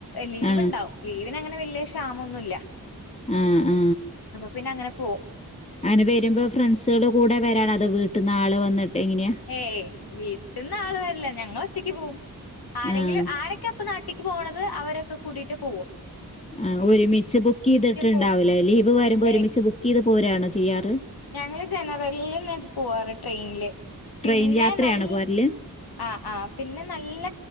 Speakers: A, on the left (about 85°); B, on the left (about 20°).
A: ലീവ്ണ്ടാവും
B: ആ
A: ലീവിന് അങ്ങനെ വലിയ ക്ഷാമൊന്നുഇല്ല
B: ആ ആ
A: പിന്നെ അങ്ങനെ പോവും
B: അങ്ങനെ വരുമ്പോ ഫ്രണ്ട്സുകൾ കൂടെ വരാന അതോ വീട്ടിൽന്നാള് വന്നിട്ട് എങ്ങനെയാ?
A: ഏയ് വീട്ടിൽന്നാൾ വര്ല്ല ഞങ്ങൾ ഒറ്റക്ക് പോവും ആരെങ്കിലും
B: ആ.
A: ആരൊക്കെ ഇപ്പ നാട്ടിക്ക് പോകണുന്നത് അവരൊക്കെ കൂടിട്ട് പോകവും
B: ആ ഒരുമിച്ച് ബുക്ക് ചെയ്തിട്ടുണ്ടാവൂലേ
A: പോവും.
B: ലീവ് വരുമ്പോ ഒരുമിച്ച്
A: ഏയ്
B: ബുക്ക് ചെയ്ത് പോരാണോ ചെയ്യാറ്
A: ഞങ്ങള് ജനറലിലന്നെ പോവാറ് ട്രെയിനില് പിന്നെ
B: ട്രെയിൻ യാത്രയാണോ
A: നല്ല
B: പോരല്
A: ആ ആ പിന്നെ നല്ല